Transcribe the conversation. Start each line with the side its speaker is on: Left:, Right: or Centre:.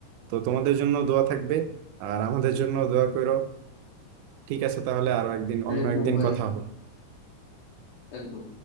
Right: তো তোমাদের জন্য দোয়া থাকবে আর আমাদের জন্য দোয়া করো ঠিক আছে তাহলে আরো একদিন অন্য
Left: একদম
Right: একদিন
Left: ভাই
Right: কথা হবে
Left: একদম